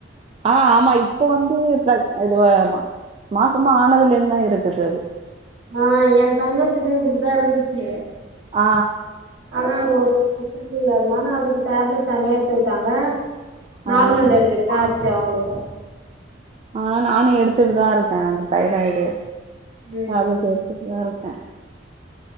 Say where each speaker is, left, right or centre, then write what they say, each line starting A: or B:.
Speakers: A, on the right; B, on the right.
A: ஆ ஆமா இப்ப வந்து பக் இது மாசமா ஆனதுல இருந்து தா இருக்குது அது
B: ஆ ஏ தங்கச்சக்கு இப்டிதா இருந்துச்சு
A: ஆ
B: ஆனா அது ஒரு பிரச்சனை இல்ல அதனால அதுக்கு டேப்லெட் தனியா எடுத்துக்கிட்டாங்க நார்மல்
A: ஆ
B: டெலிவரி தா ஆச்சு அவங்களுக்கு
A: ஆனா நானு எடுத்துட்டு தா இருக்கே அந்த தைராய்டு
B: ம்
A: டேப்லெட்
B: ம்
A: எடுத்துட்டுதா இருக்கே